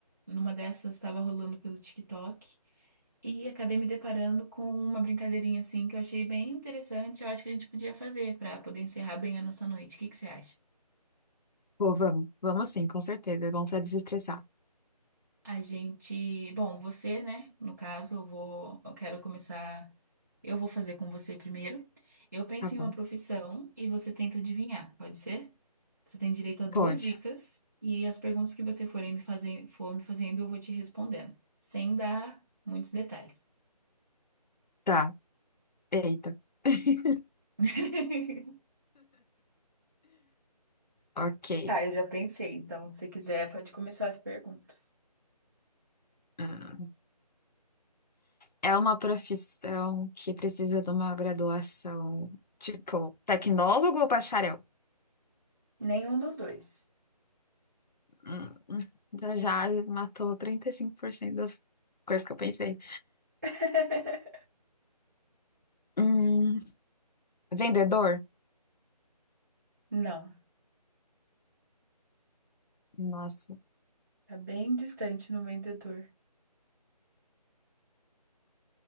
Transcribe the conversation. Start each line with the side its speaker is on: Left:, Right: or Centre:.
Right: numa dessas estava rolando pelo TikTok e acabei me deparando com uma brincadeirinha assim que eu achei bem interessante, eu acho que a gente podia fazer pra poder encerrar bem a nossa noite. O que que você acha?
Left: Pô, vamos, vamos sim, com certeza. É bom pra desestressar.
Right: A gente, bom, você, né? No caso, eu vou, eu quero começar, eu vou fazer com você primeiro. Eu penso
Left: Tá bom,
Right: em uma profissão e você tenta adivinhar, pode ser? Você tem direito a duas
Left: pode.
Right: dicas e as perguntas que você forem me fazer, for me fazendo, eu vou te respondendo, sem dar muitos detalhes.
Left: Tá, eita. <laughs>
Right: <laughs>
Left: Ok.
Right: Tá, eu já pensei, então se quiser pode começar as perguntas.
Left: Ah, É uma profissão que precisa de uma graduação, tipo, tecnólogo ou bacharel?
Right: Nenhum dos dois.
Left: Hum, hum, já já matou 35% das coisas que eu pensei.
Right: <laughs>
Left: Hum, vendedor?
Right: Não,
Left: Nossa.
Right: tá bem distante no vendedor.